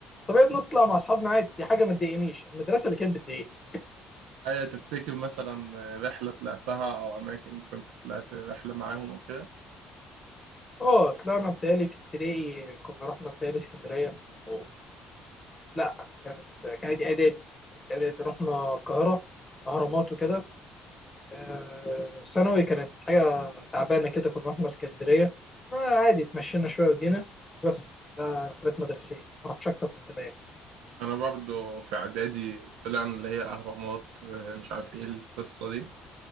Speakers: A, on the left; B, on the right.
A: طبيعي بنطلع مع اصحابنا عادي دي حاجه ما تضايقنيش المدرسه اللي كانت بتضايقني
B: أيوة تفتكر مثلا رحلة طلعتها أو أماكن كنت طلعت رحلة معاهم أو كده
A: اه طلعنا بتهيألي في ابتدائي كنا رحنا بتهيألي اسكندريه أو لا كانت كانت اعدادي كانت اعدادي رحنا القاهره اهرامات وكده آه، ثانوي كانت حاجه تعبانه كده كنا رحنا اسكندريه آه، عادي اتمشينا شويه وجينا بس ده رحلات مدرسيه ما رحتش اكتر من كده يعني
B: أنا برضه في إعدادي طلعنا اللي هي أهرامات مش عارف إيه القصة دي